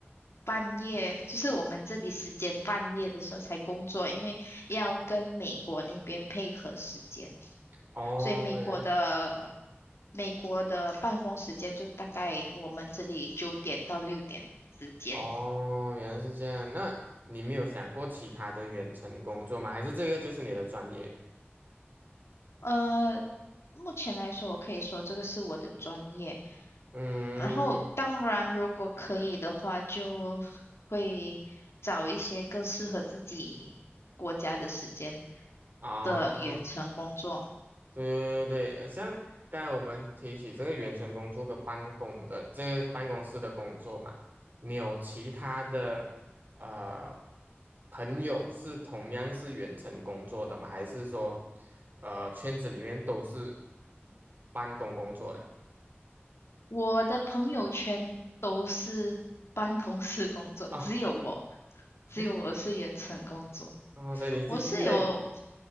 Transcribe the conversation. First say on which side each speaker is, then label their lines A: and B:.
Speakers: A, on the left (about 80°); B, on the right (about 45°).
A: 半夜，就是我们这里时间半夜的时候才工作，因为要跟美国那边配合时间，
B: 哦，
A: 所以美国的
B: 原来
A: 美国的办公时间就大概我们这里九点到六点之间。
B: 哦原来是这样。那你没有想过其他的远程工作吗？还是这个就是你的专业？
A: 呃，目前来说，我可以说这个是我的专业。
B: 嗯。
A: 然后，当然，如果可以的话，就会找一些更适合自己国家的时间
B: 啊。
A: 的远程工作。
B: 对对对，像刚才我们提起这个远程工作跟办公的这个办公室的工作嘛，你有其他的呃朋友是同样是远程工作的吗？还是说呃圈子里面都是办公工作的？
A: 我的朋友圈都是办公室工作，
B: 哦，
A: 只有我，只有我是远程工作。
B: <laughs> 哦，所以你是异类，
A: 我是有。